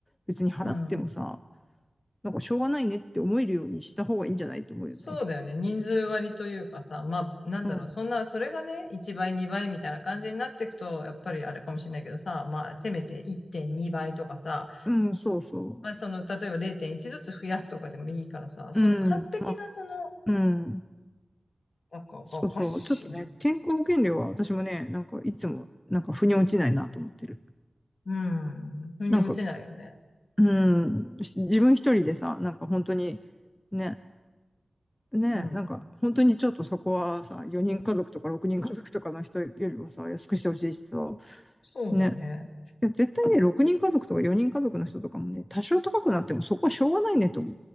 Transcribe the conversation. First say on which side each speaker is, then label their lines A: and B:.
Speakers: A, on the left; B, on the left.
A: 別に払ってもさ、
B: がな、うん。
A: なんかしょうがないねって思えるようにした方がいいんじゃないと思うよね。
B: そうだよね。人数割というかさ、まあ、なんだろう、
A: うん。
B: そんな、それがね、1倍、2倍みたいな感じになっていくと、やっぱりあれかもしれないけどさ、まあ、せめて1.2倍とかさ、
A: うん、そうそ
B: まあ、その、例えば0.1ずつ増やすとかでもいいからさ、その完璧な、
A: う。うん。まあ、
B: その、
A: うん。
B: なんかがおかしいな。
A: そうそう。ちょっとね、健康保険料は私もね、なんかいつも、なんか腑に落ちないなと思ってる。
B: うん。腑に落ちないよね。
A: なんか、うん、し自分一人でさ、なんか本当に、ね、ね、
B: うん。
A: なんか本当にちょっとそこはさ、4人家族とか6人家族とかの人よりはさ、安くしてほしいしさ、
B: そうだね。
A: ね。いや絶対ね、6人家族とか4人家族の人とかもね、多少高くなってもそこはしょうがないねと思